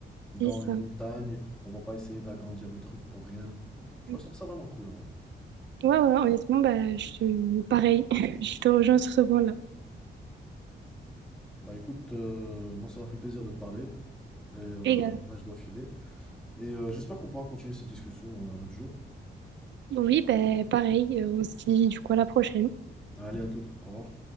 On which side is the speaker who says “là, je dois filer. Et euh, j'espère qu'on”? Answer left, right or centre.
Centre